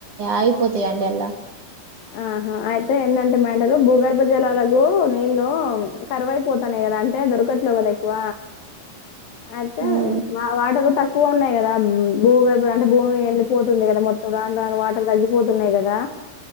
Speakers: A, on the right; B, on the left.
A: అయిపోతాయిండి అల్లా
B: ఆహా అయితే ఏందంటే మ్యాటరు భూగర్భ జలాలకు నీళ్ళలు కరువైపోతాన్నాయి కదా అంటే దొరకట్లేవు కదా ఎక్కువ ఆయతే
A: ఉమ్
B: వాటరు తక్ క్కువ ఉన్నాయి కదా భూగర్భం అంటే భూమి ఎన్ని పోతుంది కదా మొత్తం రాని రాని వాటర్ తగ్గిపోతున్నాయి కదా